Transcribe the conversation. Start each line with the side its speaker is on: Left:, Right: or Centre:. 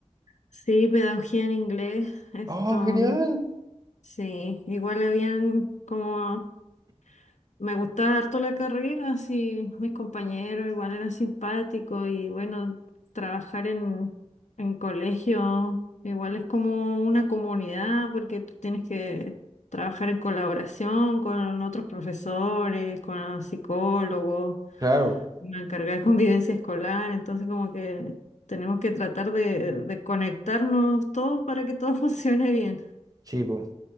Left: Sí, pedagogía en inglés. Esto,
Right: ¡Oh, genial!
Left: sí. Igual habían como Me gustaba harto la carrera, así mis compañeros igual eran simpáticos y bueno, trabajar en, en colegio igual es como una comunidad porque tú tienes que trabajar en colaboración con otros profesores, con psicólogos,
Right: Claro,
Left: una carga de convivencia escolar, entonces como que tenemos que tratar de, de conectarnos todos para que todo <laughs> funcione bien.
Right: sí, po.